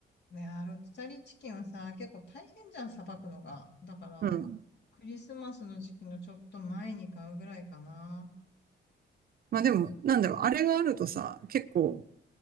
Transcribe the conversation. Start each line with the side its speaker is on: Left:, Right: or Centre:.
Left: ね、あロティサリーチキンはさ、結構大変じゃん、さばくのが。だから、
Right: うん。
Left: クリスマスの時期のちょっと前に買うぐらいかな。なんか、
Right: まあでも、なんだろう、あれがあるとさ、結構、